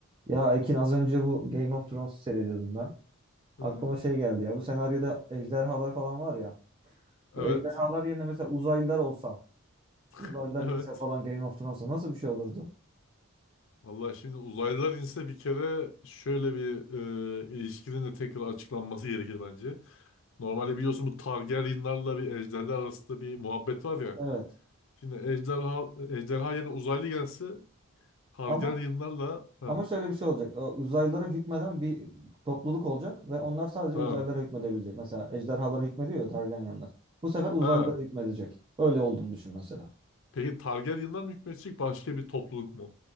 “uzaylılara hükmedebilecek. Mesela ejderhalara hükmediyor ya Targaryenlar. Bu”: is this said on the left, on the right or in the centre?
Right